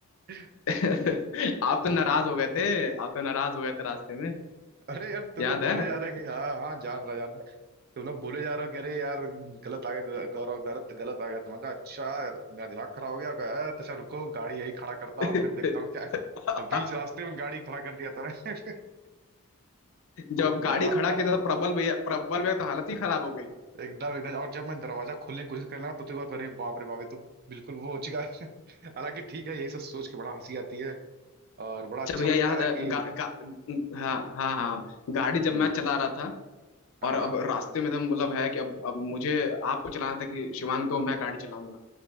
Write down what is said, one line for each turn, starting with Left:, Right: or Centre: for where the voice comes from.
Right: <laughs>
Left: <laughs> आप तो नाराज हो गए थे आप तो नाराज हो गए थे रास्ते में
Right: अरे यार तुम
Left: याद
Right: लोग बोले जा रहे हैं कि <laughs> हाँ हाँ जान रहा जान रहा तुम लोग बोले जा रहे हो कि अरे यार गलत आ गया ग- गौरव गलत गलत आ गया तो मैंने कहा अच्छा मेरा दिमाग खराब हो गया होगा "अ, तो अच्छा रुको गाड़ी यही खड़ा करता हूँ
Left: है
Right: फिर देखता
Left: <laughs>
Right: हूँ क्या और बीच रास्ते में गाड़ी खड़ा कर दिया था मैंने। <laughs>
Left: जब गाड़ी
Right: दरवाजा
Left: खड़ा किया
Right: दर,
Left: था तो प्रबल भैया प्रबल भैया तो हालत ही खराब हो गई
Right: एकदम एकदम और जब मैं दरवाजा खोलने की कोशिश करने लगा तो तो बार अरे बाप रे बाप ये तो बिल्कुल वो हो चुका है हालांकि ठीक है यही सब सोच के बड़ा हंसी आती है और बड़ा
Left: अच्छा
Right: अच्छा
Left: भैया
Right: लगता
Left: याद
Right: है
Left: है
Right: कि
Left: गा, गा, हाँ हाँ हाँ गाड़ी जब
Right: हम्म
Left: मैं चला रहा था
Right: हाँ
Left: और अब
Right: हाँ
Left: रास्ते में तो मतलब है कि अब अब मुझे आपको चलाना था कि शिवांग दो मैं गाड़ी चलाऊंगा